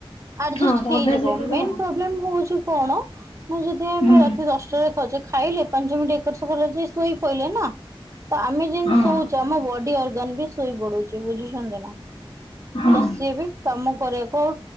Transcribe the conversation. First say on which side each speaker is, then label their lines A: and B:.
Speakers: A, on the right; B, on the left.
A: ଆଡଜେଷ୍ଟ
B: ହଁ ତ
A: ହେଇଯିବ
B: ଅଭ୍ୟାସ ହେଇଗଲେ ତ
A: ମେନ୍ ପୋବ୍ଲେମ୍ ହଉଛି କଣ? ନା ଯଦି ଆମେ
B: ହୁଁ
A: ରାତି ଦଶଟାରେ ଖାଉଚେ ଖାଇଲେ ପାଞ୍ଚ ମିନଟି ଏପଟ୍ ସେପଟରେ ହେଇଜି ଏକ ଶୋଇ ପଇଲେ ନା। ତ ଆମେ ଯେମିତି
B: ହଁ
A: ଶୋଉଚୁ ଆମ ବଡି ଅର୍ଗାନ ବି ଶୋଇ ପଡ଼ୁଚି ବୁଝୁଛନ୍ତି ନା।
B: ହଁ
A: ତ ସିଏ ବି କାମ କରିବାକୁ ଆଉ